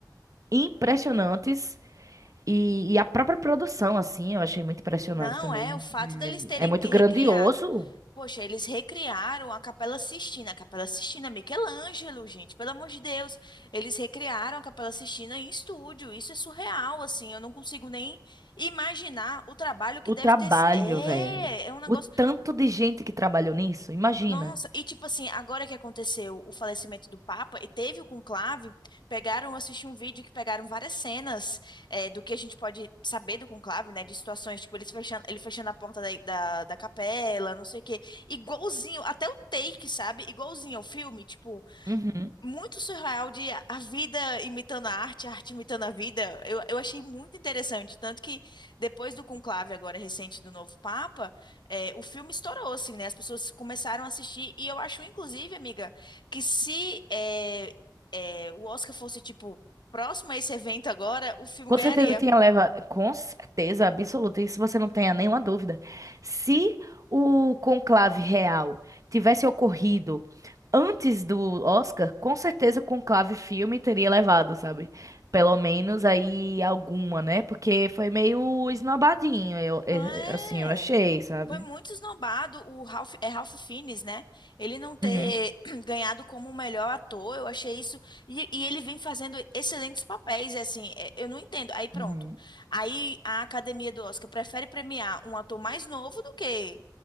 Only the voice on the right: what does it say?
impressionantes e, e a própria produção, assim, eu achei muito impressionante
também.
É, é muito
grandioso
O
trabalho,
velho.
O tanto de gente que trabalhou nisso, imagina.
Uhum.
Com
certeza tinha leva, com certeza absoluta, isso você não tenha nenhuma dúvida. Se o conclave real tivesse ocorrido antes do Oscar, com certeza o conclave filme teria levado, sabe? Pelo menos aí alguma, né? Porque foi meio esnobadinho, eu,
eu-
assim, eu achei, sabe?
Uhum,
uhum.